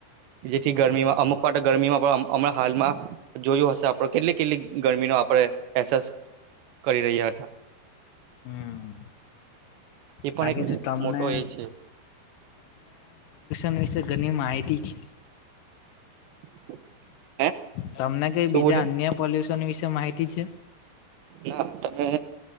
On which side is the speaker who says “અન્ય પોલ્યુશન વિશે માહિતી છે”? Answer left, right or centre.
Left